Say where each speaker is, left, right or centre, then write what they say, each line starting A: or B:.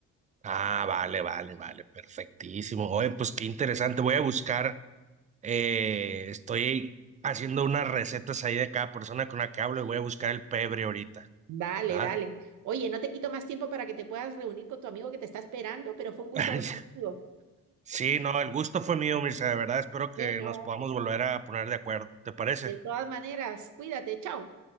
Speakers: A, on the right (about 25°); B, on the right (about 75°).
A: Ah, vale, vale, vale, perfectísimo. Oye, pues qué interesante. Voy a buscar Eh, estoy haciendo unas recetas ahí de cada persona con la que hablo y voy a buscar el pebre ahorita.
B: Dale,
A: ¿Ah?
B: dale. Oye, no te quito más tiempo para que te puedas reunir con tu amigo que te está esperando, pero fue un gusto
A: <laughs>
B: hablar contigo.
A: Sí, no, el gusto fue mío, Mirza, de verdad. Espero
B: Bueno,
A: que nos podamos volver a poner de acuerdo. ¿Te parece?
B: de todas maneras, cuídate, chao.